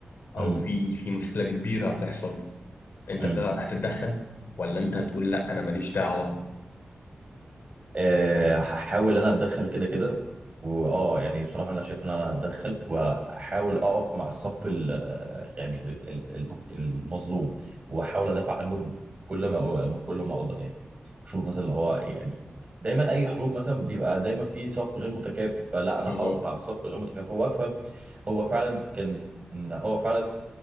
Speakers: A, on the left; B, on the right.
A: او
B: امم
A: في في مشكله كبيره هتحصل انت
B: امم.
A: هت- هتتدخل ولا انت هتقول لا انا ماليش دعوه
B: أه هحاول انا اتدخل كده كده واه يعني بصراحه انا شايف ان انا هتدخل واحاول اقف مع الصف ال يعني ال- ال- ال- المظلوم واحاول ادافع عنه كل ما كل ما اقدر يعني شوف مثلا اللي هو يعني دايما اي حروب مثلا بيبقى دايما في صف غير متكافئ فلا انا
A: بالظبط
B: هقف مع الصف الغير متكافئ وافهم هو فعلا كان هو فعلا